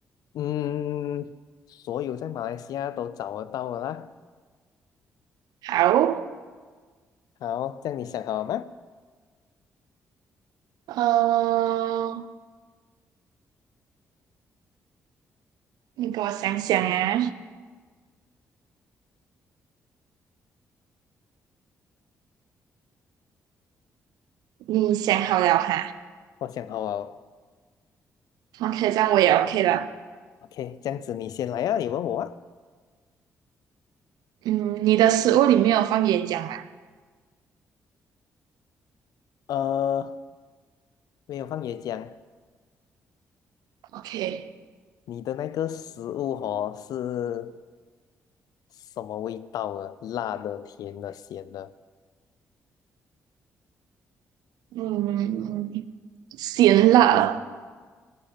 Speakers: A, on the left (about 70°); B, on the right (about 80°).
A: 嗯，所有在马来西亚都找得到的啦。
B: 好，
A: 好，这样你想好了吗？
B: 呃，你给我想想啊，你想好了哈
A: 我想好了。
B: ？OK，这样我也 OK 了。
A: OK，这样子你先来啊，你问我啊。
B: 嗯，你的食物里面有放椰浆吗
A: 呃，没有放椰浆，
B: ？OK，
A: 你的那个食物哦是什么味道啊？辣的、甜的、咸的。
B: 嗯，咸辣，